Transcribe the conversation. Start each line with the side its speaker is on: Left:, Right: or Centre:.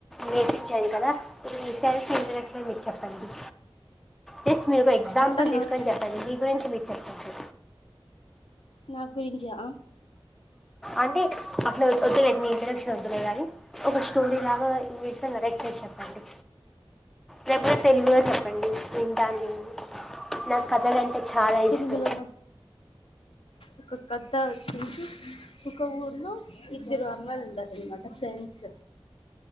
Centre: నేర్పించారు కదా మీ సారి ఎజ క్షలు మీరు చెప్పండి జస్ట్ మీరు ఒక ఎగ్జాంపుల్
Left: అర్థం కాదు
Centre: తీసుకొని చెప్పండి మీ గురించి మీరు చెప్పండి
Left: నా గురింజా
Centre: అంటే అట్లా వద్దులేదు మీ ఇంట్రడక్షన్ వద్దులే కానీ, ఒక స్టోరీ లాగా ఈ విడి నరెక్ట్ చేసి చెప్పండి. లేక తెలివిగా చెప్పండి వింటాను. నేను నాకు కథలు అంటే చాలా
Left: తెలుగులోన
Centre: ఇష్టం
Left: ఒక కథ వచ్చేసి ఒక ఊర్లో ఇద్దరు అమ్మలు ఉంటారు అనమాట ఫ్రెండ్స్